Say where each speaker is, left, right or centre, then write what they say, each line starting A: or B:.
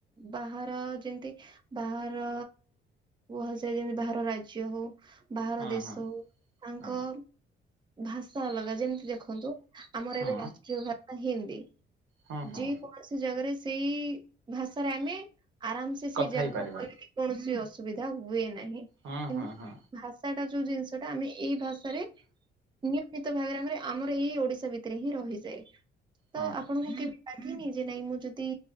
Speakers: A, on the right; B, on the right.
A: ବାହାର ଯେମିତି ବାହାର କୁହାଯାଏ ଯେମିତି ବାହାର ରାଜ୍ୟ ହଉ। ବାହାର
B: ହଁ
A: ଦେଶ
B: ହଁ
A: ହଉ ତାଙ୍କ
B: ହଁ
A: ଭାଷା ଅଲଗା ଯେମିତି ଦେଖନ୍ତୁ ଆମର
B: ହଁ।
A: ଏବେ ରାଷ୍ଟ୍ରୀୟ ଭାଷା ହିନ୍ଦୀ
B: ହଁ ହଁ
A: ଯେ କୌଣସି ଜାଗାରେ ସେଇ ଭାଷାରେ ଆମେ ଆରାମ ସେଇ
B: କଥା
A: ଜାଗାକୁ
B: ହେଇପାରିବା
A: ଗଲେ କୌଣସି ଅସୁବିଧା ହୁଏ ନାହିଁ।
B: ହଁ
A: କିନ୍ତୁ
B: ହଁ ହଁ।
A: ଭାଷା ଟା ଯୋଉ ଜିନିଷ ଟା ଆମେ ଏଇ ଭାଷାରେ ନିୟମିତ ଭାବରେ ଆମେ ଆମର ଏଇ ଓଡିଶା ଭିତରେ ହିଁ ରହିଯାଏ ତ
B: ହଁ
A: ଆପଣଙ୍କୁ କେ ଲାଗିନି ଯେ ନାଇଁ ମୁଁ ଯଦି